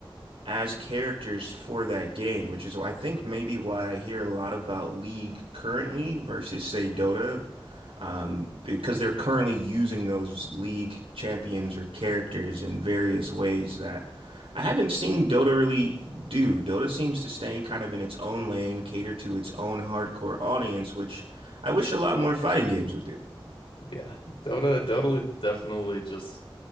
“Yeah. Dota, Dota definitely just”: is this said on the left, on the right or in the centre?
Left